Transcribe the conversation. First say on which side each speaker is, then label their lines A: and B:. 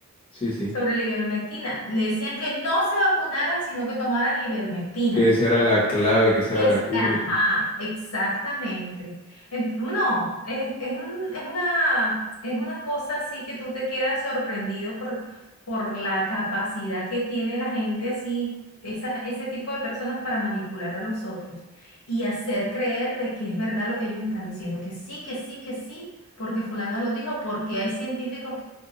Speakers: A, on the left; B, on the left.
A: Sí, sí.
B: Sobre la ivermectina. Le decían que no se vacunaran, sino que tomaran ivermectina.
A: Que esa era la clave, que esa
B: Es,
A: era la cura.
B: ajá,
A: que-
B: exactamente. Ent- no, es, es un- es una, es una cosa así que tú te quedas sorprendido por, por la capacidad que tiene la gente así, esas, ese tipo de personas para manipular a los otros y hacer creer de que es verdad lo que ellos están diciendo, que sí, que sí, que sí, porque fulano lo dijo, porque hay científicos